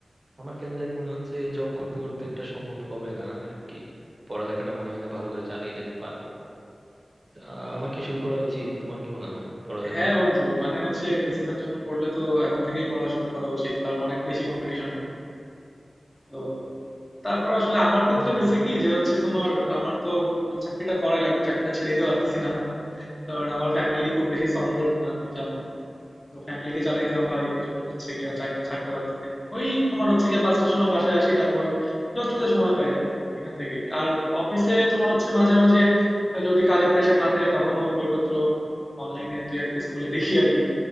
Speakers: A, on the right; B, on the left.
A: আমার কেন জানি মনে হচ্ছে জব করতে করতে একটা সম্ভব হবে না আর কি পড়ালেখাটা মনে হয় না ভালো করে চালিয়ে যেতে পারবো আহ, আমার কি শুরু করা উচিত তোমার কি মনে হয় পড়ালেখা
B: হ্যাঁ বন্ধু মানে হচ্ছে বিসিএস এর জন্য পড়লে তো এখন থেকেই পড়া শুরু করা উচিত কারণ অনেক বেশি কম্পিটিশন এখন তো তারপর আসলে আমার ক্ষেত্রে
A: হুম
B: হয়েছে
A: ওট-
B: কি যে হচ্ছে তোমার
A: ওট-
B: আমার তো মানে চাকরিটা করাই লাগবে চাকরিটা ছেড়ে দিতে পারতেছি না কারণ আমার ফ্যামিলি খুব বেশি সলভেন্ট না তুমি জানো তো ফ্যামিলিকে চালাইতে হয় এই জন্য হচ্ছে
A: হুম
B: গিয়া
A: হুম।
B: চাকরিটা ছাড়তে পারতেছি না ওই তোমার হচ্ছে গিয়া পাঁচটার সময় বাসায় আসি তারপর যতটুকু সময় পাই আর কি ওইখান থেকেই আর অফিসে তোমার হচ্ছে মাঝে মাঝে আহ, যদি কাজের প্রেশার না থাকে তখনও বইপত্র অনলাইনে দুই এক পিস খুলে দেখি আর কি